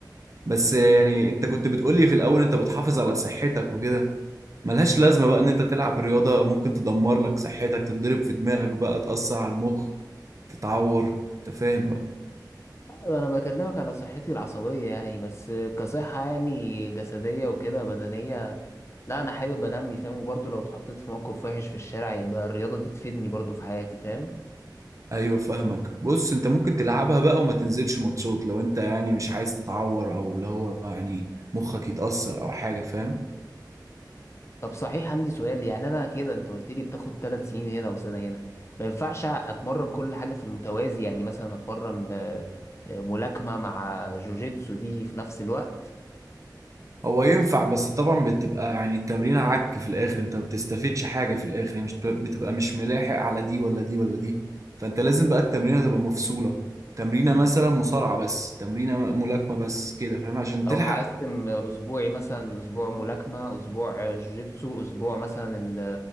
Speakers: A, on the right (about 45°); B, on the left (about 35°).
A: بس يعني انت كنت بتقول لي في الاول انت بتحافظ على صحتك وكده ملهاش لازمة بقى ان انت تلعب رياضة ممكن تدمر لك صحتك تتضرب في دماغك بقى تأثر على المخ تتعور انت فاهم بقى
B: آه، ده انا بكلمك على صحتي العصبية يعني بس كصحة يعني جسدية وكده بدنية لا انا حابب انمي فاهم وبرضه لو اتحطيت في موقف وحش في الشارع يبقى الرياضة دي تفيدني برضه في حياتي فاهم
A: ايوه فاهمك بص انت ممكن تلعبها بقى وما تنزلش ماتشات لو انت يعني مش عايز تتعور او اللي هو يعني مخك يتأثر او حاجة فاهم
B: طب صحيح عندي سؤال يعني انا كده انت قلت لي بتاخد ثلاث سنين هنا وسنه هنا ما ينفعش اتمرن كل حاجه في المتوازي يعني مثلا اتمرن آه، آه، ملاكمه مع جوجيتسو دي في نفس الوقت
A: هو ينفع بس طبعا بتبقى يعني التمرين عك في الاخر انت ما بتستفدش حاجه في الاخر يعني مش بت- بتبقى مش ملاحق على دي ولا دي ولا دي فانت لازم بقى التمرينه تبقى مفصوله تمرينه مثلا مصارعه بس تمرينه ملاكمه بس كده فاهم عشان تلحق
B: او هقسم اسبوعي مثلا اسبوع ملاكمه اسبوع آه، جوجيتسو اسبوع مثلا ال